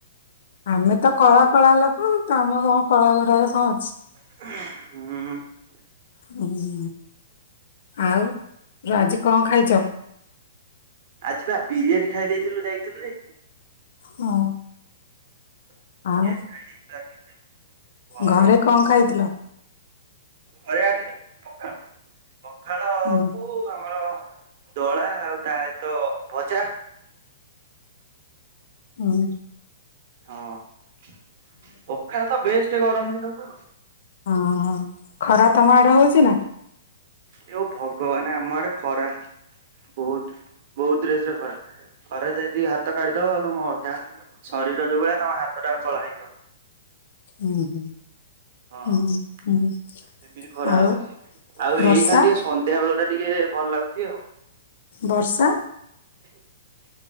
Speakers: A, on the left; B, on the right.
A: ଆମେ ତ କଳା କଳା ଲୋକ ଆମ କଣ କଳା କ ଘରେ କଣ ଅଛି?
B: ହୁଁ।
A: ହୁଁ ଆଉ ଆଜି କଣ ଖାଇଛ?
B: ଆଜି ବା ବିରିୟାନୀ ଖାଇ ଦେଇେଇଥିଲୁ ଯାଇଥିଲୁ ଯେ।
A: ହଁ।
B: ବିରିୟାନୀ
A: ଆଉ
B: ଖାଇ ଦେଇଥିଲୁ ଆଜି। ଗରମ
A: ଘରେ କଣ ଖାଇଥିଲ?
B: ଘରେ ଆଜି ପଖାଳ ପଖାଳ
A: ହୁଁ
B: କୁ ଆମର ଦଳା ଆଉ ତା ସହିତ ଭଜା।
A: ହୁଁ
B: ହଁ ପଖାଳ ତ ବେଷ୍ଟ ଗରମ ଦିନକୁ।
A: ହଁ ଖରା ତମ ଆଡେ ହଉଛି ନା।
B: ଏଉ ଭଗବାନ ଆମ ଆଡେ ଖରା ବହୁତ ବହୁତ ଜୋସ ରେ ଖରା ଖରା ଯଦି ହାତ କାଢିଦବ ତମ ଅଧା ଶରୀର ଯୋଉ ଭଳିଆ ତମ ହାତଟା କଳା ହେଇଯିବ।
A: ହୁଁ ହୁଁ।
B: ହଁ।
A: ହୁଁ ହୁଁ ଆଉ ବର୍ଷା? ବର୍ଷା
B: <unintelligible>